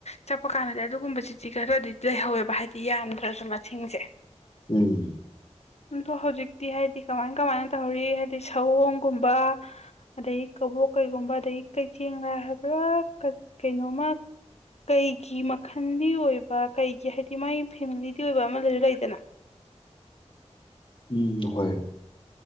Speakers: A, on the left; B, on the left.
A: ꯆꯠꯄ ꯀꯥꯟꯗꯗꯤ ꯑꯗꯨꯒꯨꯝꯕ ꯆꯤꯇꯤ ꯈꯔꯗꯤ ꯂꯩꯍꯧꯋꯦꯕ ꯍꯥꯏꯗꯤ ꯌꯥꯝꯗ꯭ꯔꯁꯨ ꯃꯁꯤꯡꯁꯦ
B: ꯎꯝ
A: ꯑꯗꯣ ꯍꯧꯖꯤꯛꯇꯤ ꯍꯥꯏꯕꯗꯤ ꯀꯃꯥꯏ ꯀꯃꯥꯏꯅ ꯇꯧꯔꯤ ꯍꯥꯏꯕꯗꯤ ꯁꯑꯣꯡꯒꯨꯝꯕ ꯑꯗꯒꯤ ꯀꯥꯕꯣ ꯀꯩꯒꯨꯝꯕ ꯑꯗꯒꯤ ꯀꯩꯊꯦꯡꯗ ꯍꯥꯏꯕ꯭ꯔꯥ ꯀꯩꯅꯣꯃ ꯀꯩꯒꯤ ꯃꯈꯜꯒꯤ ꯑꯣꯏꯕ ꯀꯩꯒꯤ ꯍꯥꯏꯗꯤ ꯃꯥꯥꯏ ꯐꯦꯃꯤꯂꯤꯗꯤ ꯑꯣꯏꯕ ꯑꯃ ꯂꯩꯔ ꯂꯩꯗꯅ
B: ꯎꯝ ꯍꯣꯏ